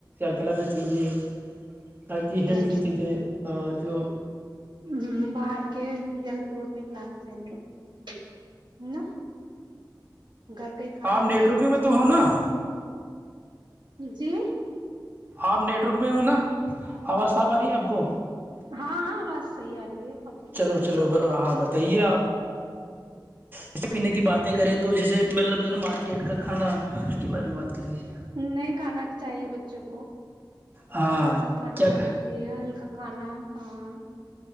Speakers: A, on the right; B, on the right.
A: کھلانا چاہیے تاکہ ہیلدی
B: اچھا
A: چیزیں جو
B: ہ باہر کے جل فروٹ نکلانا چاہیے ہ گھر کا ہی کھانا
A: آپ
B: کھلانا
A: نیٹورک میں
B: چاہیے
A: تو ہو نا
B: جی
A: آپ نیٹورک میںہ ہو نا آواز ساںپ آ رہی آپ کو
B: ہاں ہاں آواز صحیح آ رہی ہے اب
A: چلو چلو ہاں تویے آپ جیسے پینے کی باتیں کریں تو جیسے مطلب جو نا مارکیٹ کا کھانا کے بارے میں بات کریے
B: نہیں کھانا چاہیے بچوں کو
A: ہاں
B: گھر کا کھانا
A: کیا
B: کھانا
A: کہ
B: چاہیے ہلکا کھانا ہاں